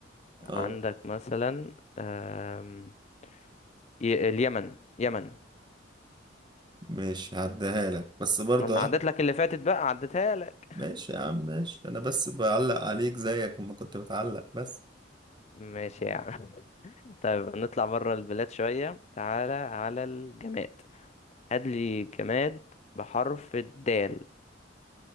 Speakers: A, on the left (about 35°); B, on the right (about 25°).
A: عندك
B: اه
A: مثلا آم، ي- اليمن يمن
B: ماشي هعديها لك بس برضه
A: ما انا عدت
B: اه
A: لك اللي فاتت بقى عدتها لك
B: ماشي يا عم ماشي انا بس بعلق عليك زيك اما كنت بتعلق بس
A: ماشي يا عم <laughs> طيب نطلع بره البلاد شوية تعالى على الجماد هات لي جماد بحرف الدال